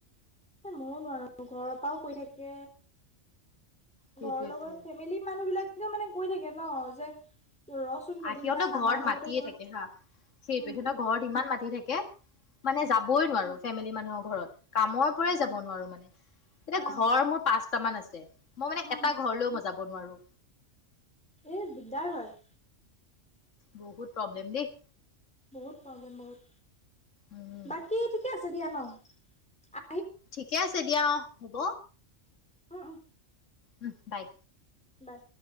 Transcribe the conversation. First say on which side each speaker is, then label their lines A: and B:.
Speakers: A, in the centre; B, on the left (about 80°).
A: এ ময়ো নোৱাৰো ঘৰৰ পৰাও কৈ থাকে
B: সেইটোয়েটো।
A: ঘৰৰ লগত ফেমিলি মানুহ বিলাকে মানে কৈ থাকে ন যে ৰচোন কেইদিনমান
B: আহ সিহঁতৰ
A: আমাৰ
B: ঘৰত
A: লগতে
B: মাতিয়ে
A: বল
B: থাকে হা সেইটোৱে
A: উম
B: সিহঁতৰ ঘৰত ইমান মাতি থাকে মানে
A: উম,
B: যাবই নোৱাৰো ফেমিলি মানুহৰ ঘৰত কামৰ পৰাই
A: অ
B: যাব নোৱাৰো মানে এতিয়া
A: অ
B: ঘৰ মোৰ পাঁচটা মান আছে মই মানে
A: উম
B: এটা ঘৰলৈও মই যাব নোৱাৰো
A: এ দিগদাৰ হয়
B: বহুত প্ৰব্লেম দেই
A: বহুত প্ৰব্লেম বহুত
B: উম
A: বাকী ঠিকে আছে দিয়া ন আ
B: ঠিকে আছে দিয়া অঁহ হ'ব
A: উম উম
B: উম বাই
A: বাই